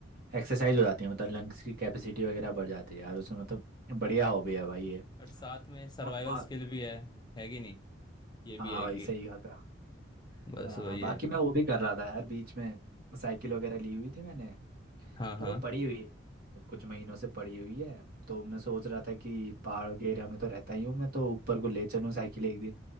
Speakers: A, on the right; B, on the left.
A: एक्सरसाइज हो जाती है मतलब लंग्स की कैपेसिटी वगैरह बढ़ जाती है यार उसमें मतलब बढ़िया हॉबी है भाई ये
B: और साथ में सर्वाइवल
A: और बा-
B: स्किल भी है है कि नहीं ये भी
A: हाँ
B: है
A: भाई
B: कि
A: सही कहा
B: बस
A: हाँ,
B: वही
A: बाकी
B: है
A: मैं वो भी कर रहा था यार बीच में साइकिल वगैरह ली हुई थी मैंने
B: हाँ हाँ
A: पर वो पड़ी हुई है कुछ महीनों से पड़ी हुई है तो मैं सोच रहा था कि पहाड़ों के एरिया में तो रहता ही हूँ मैं तो ऊपर को ले चलूँ साइकिल एक दिन